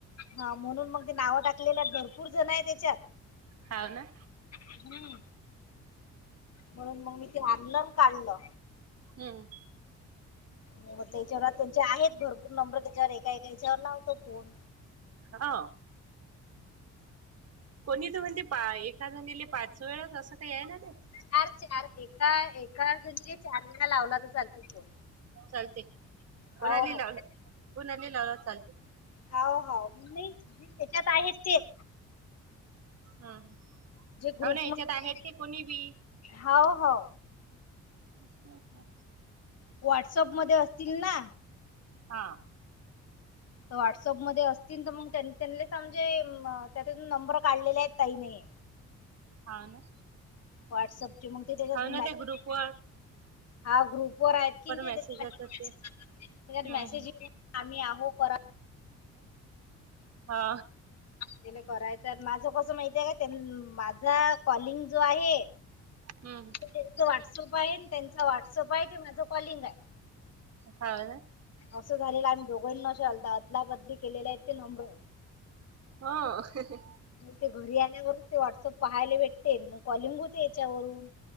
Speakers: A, on the left (about 55°); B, on the right (about 55°).
A: हा म्हणून मग ते नाव टाकलेलं भरपूर जण आहे त्याच्यात
B: हाव ना.
A: हम्म म्हणून मग मी ते आणलं काढलं.
B: हम्म
A: म्हटल याच्यावर त्यांचे आहेत भरपूर नंबर त्याच्यावर एका एका याच्यावर लाव्हतो फोन
B: हा कोणी तर म्हणते एका झालेले पाच वेळा असं काही आहे ना ते
A: चार चार एका एका म्हणजे चार लावला तर चालतो फोन
B: चालते कोणाला
A: हो हो
B: लावला कोणाला लावला चालते
A: हो हो मी जे त्याच्यात आहेत तेच
B: हा हा
A: ग्रुपमध्ये
B: अवना याच्यात आहेत ते कोणी बी
A: हो हो
B: विसलं
A: व्हॉट्सअप मध्ये असतील ना?
B: हा.
A: व्हॉट्सअपमध्ये असतील तर मग त्यां स म्हणजे त्यातून नंबर काढलेले आहेत ताईने ह
B: हा ना.
A: व्हॉट्सअपची मग ते त्याच्यात
B: हाव
A: मॅसेज
B: ना ते ग्रुप वर
A: हा ग्रुप वर आहेत कि ते
B: मेसेज
A: त्याच्यात
B: येतात ते हम्म
A: मेसेज
B: हम्म
A: आम्ही हो करा
B: हा.
A: त्याला करायचं माझ कसं माहती आहे का माझा कॉलिंग जो आहे
B: हम्म
A: त्यांच व्हॉट्सअप आहे त्यांचा व्हॉट्सअप आहे ते माझं कॉलिंग आहे
B: हा ना.
A: असं झालेलं आम्ही दोघां नशलता अदला बदली केलेला आहे ते नम्बर
B: हा.
A: ते घरी आल्यावरच ते व्हॉट्सअप पाहायला भेटते मग कॉलिंग होते याच्यावरून